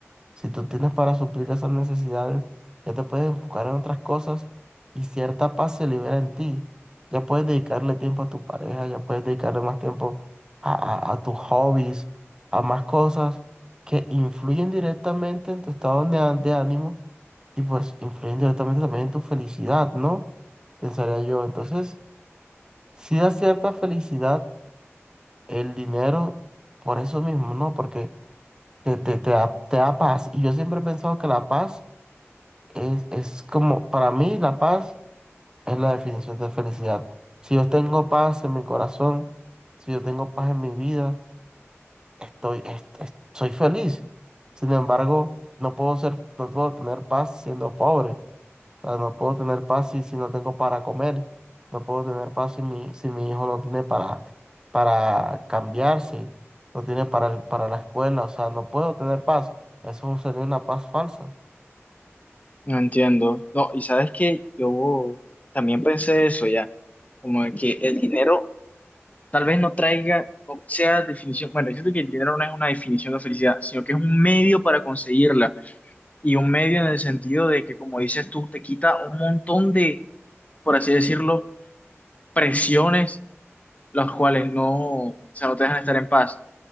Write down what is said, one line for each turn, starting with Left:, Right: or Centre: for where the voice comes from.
Right: si tú tienes para suplir esas necesidades, ya te puedes enfocar en otras cosas y cierta paz se libera en ti. Ya puedes dedicarle tiempo a tu pareja, ya puedes dedicarle más tiempo a, a- a tus hobbies, a más cosas que influyen directamente en tu estado de, á- de ánimo y pues influyen directamente también en tu felicidad, ¿no? Pensaría yo. Entonces, si da cierta felicidad el dinero por eso mismo, ¿no? Porque te, te, te da, te da paz. Y yo siempre he pensado que la paz es, es como, para mí, la paz es la definición de felicidad. Si yo tengo paz en mi corazón, si yo tengo paz en mi vida, estoy, es- es- soy feliz. Sin embargo, no puedo ser, no puedo tener paz siendo pobre. O sea, no puedo tener paz si, si no tengo para comer. No puedo tener paz si mi, si mi hijo no tiene para, para cambiarse, no tiene para, el- para la escuela. O sea, no puedo tener paz. Eso sería una paz falsa.
Left: No entiendo. No, y sabes que yo también pensé eso ya, como de que el dinero tal vez no traiga, o sea, definición, bueno, yo siento que el dinero no es una definición de felicidad, sino que es un medio para conseguirla, y un medio en el sentido de que, como dices tú, te quita un montón de, por así decirlo, presiones, las cuales no, o sea, no te dejan estar en paz.